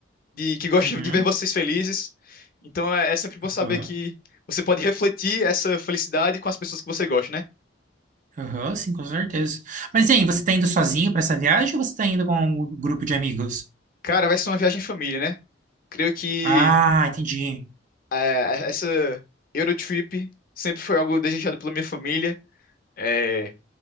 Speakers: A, on the left (about 50°); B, on the right (about 40°).
A: de que gosta
B: Uhum.
A: de ver vocês felizes. Então, é, é sempre bom saber
B: Aham.
A: que você pode refletir essa felicidade com as pessoas que você gosta, né?
B: Aham, sim, com certeza.
A: Sim.
B: Mas e aí, você tá indo sozinho para essa viagem ou você tá indo com um grupo de amigos?
A: Cara, vai ser uma viagem em família, né? Creio que
B: Ah, entendi.
A: É, Essa Eurotrip sempre foi algo desejado pela minha família. É,